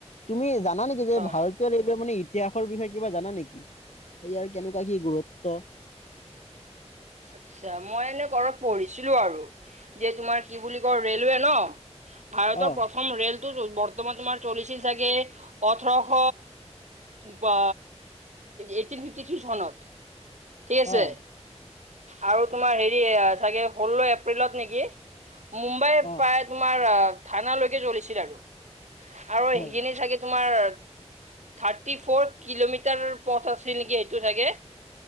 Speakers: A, on the left; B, on the right.
A: তুমি জানা নেকি যে
B: হয়
A: ভাৰত তিয় ৰেলৱে মানে ইতিহাসৰ বিষয়ে কিবা জানা নেকি ইয়াৰ কেনেকুৱা কি গুৰুত্ব? <inaudible>
B: আচ্ছা, মই এনে ক'ৰবাত পঢ়িছিলো আৰু যে তোমাৰ কি বুলি কয় ৰেলৱে ন'? ভাৰতৰ
A: অ
B: প্ৰথম ৰেলটো বৰ্তমান তোমাৰ চলিছিল চাগে ওঠৰশ বা এইটিন ফিফটি থ্ৰী চনত, ঠিক আছে।
A: অ
B: আৰু তোমাৰ হেৰি চাগে ষোল্ল এপ্ৰিলত নেকি? মুম্বাই
A: অ
B: প্ৰায় তোমাৰ থানালৈকে চলিছিল আৰু, আৰু
A: হয়
B: সেইখিনি চাগে তোমাৰ থাৰ্টি ফৰ কিলোমিটাৰ পথ আছিল নেকি এইটো চাগে!